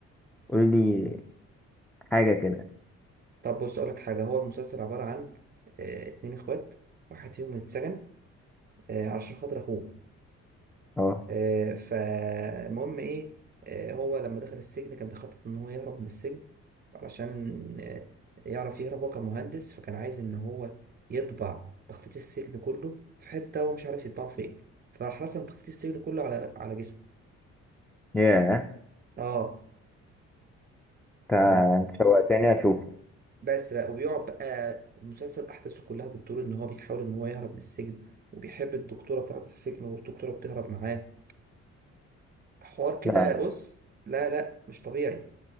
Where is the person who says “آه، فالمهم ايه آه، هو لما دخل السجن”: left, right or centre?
Right